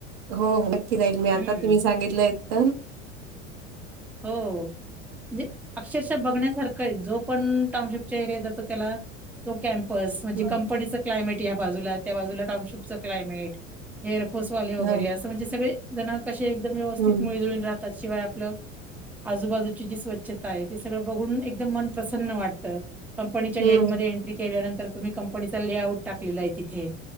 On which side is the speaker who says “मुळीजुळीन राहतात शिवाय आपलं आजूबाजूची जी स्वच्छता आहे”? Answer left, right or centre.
Centre